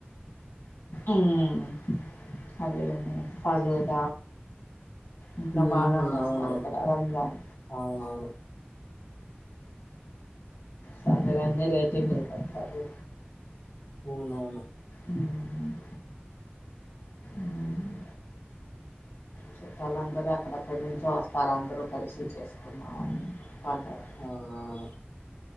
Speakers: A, on the left; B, on the left.
A: మ్మ్ హలీం ఫ్లలూడ ఇంకా
B: ఉహు
A: బాగా చేస్తారు
B: అవునవును
A: ఇక్కడ రంజాన్
B: అవునవును
A: సందులు అన్నీ లైటింగులు పెడతారు
B: అవునవును
A: మ్మ్ మ్మ్ చట్టాలుందరూ ఎక్కడెక్కడి నుంచో వస్తారు అందరూ కలిసి చేసుకున్నాంని అందరం
B: అవునవును